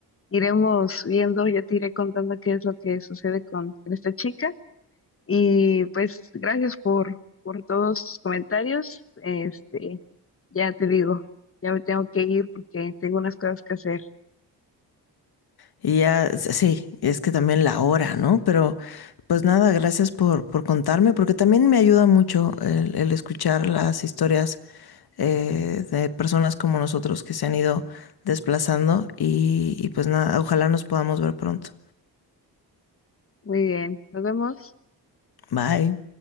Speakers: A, on the left (about 30°); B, on the left (about 60°).
A: iremos viendo, yo te iré contando qué es lo que sucede con, con esta chica. Y pues gracias por, por todos tus comentarios. Este, ya te digo, ya me tengo que ir porque tengo unas cosas que hacer.
B: Y ya, s- sí, es que también la hora, ¿no? Pero pues nada, gracias por, por contarme, porque también me ayuda mucho el, el escuchar las historias eh, de personas como nosotros que se han ido desplazando y, y pues nada, ojalá nos podamos ver pronto.
A: Muy bien, nos vemos.
B: Bye.